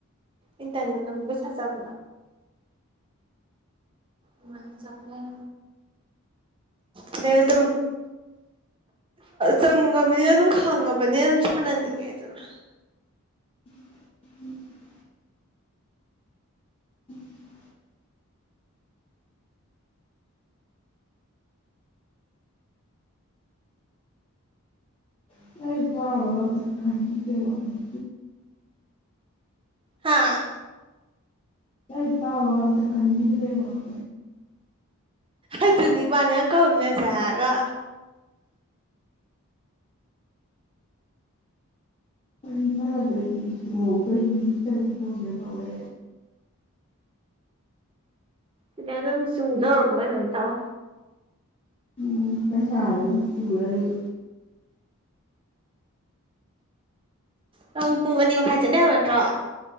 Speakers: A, on the right; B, on the left.
A: ꯏꯟꯇꯅ ꯅ‌ꯪꯕꯨ ꯄꯩꯁꯥ ꯆꯪ ꯃꯝꯥꯡ ꯗ ꯆꯪꯉ‌ꯦ ꯑꯗꯩ ꯑꯗꯨꯝ ꯆꯪꯉꯝꯅꯤꯅ ꯑꯗꯨꯝ ꯈꯪꯉꯕꯅꯤꯅ ꯑꯗꯨꯝ ꯁꯥꯟꯅꯅꯤꯡꯉꯦ ꯗꯅ
B: <inaudible> <inaudible> <unintelligible> <unintelligible>
A: ꯍꯥꯥ
B: ꯀꯩ ꯄꯥꯕꯒ ꯑꯝꯇꯥ ꯈꯟꯕꯤꯗꯔ‌ꯦꯕ <unintelligible>
A: ꯑꯗꯨꯅꯤ ꯃꯥꯅꯦꯌꯥꯟ ꯀꯧꯃꯤꯟ ꯅꯁ‌ꯦ ꯍꯥꯏꯒ
B: ꯑꯩ ꯁꯥꯟꯅꯗ꯭ꯔ ꯀꯗꯤ <unintelligible> ꯇꯧꯗ ꯇꯧꯔꯦ
A: ꯁꯤꯗꯤ ꯑꯗꯨꯝ ꯆꯨꯗꯧꯔꯕ ꯀꯩꯩꯅꯣꯝ ꯇꯧ
B: ꯎ ꯄꯩꯁꯥ ꯑꯗꯨꯝ ꯄꯨꯔ ꯂꯩ
A: ꯅꯪ ꯄꯨꯡ ꯑꯅꯤ ꯃꯈꯥꯏ ꯆꯠꯅꯤ ꯍꯥꯏꯕ ꯅꯠꯇ꯭ꯔꯣ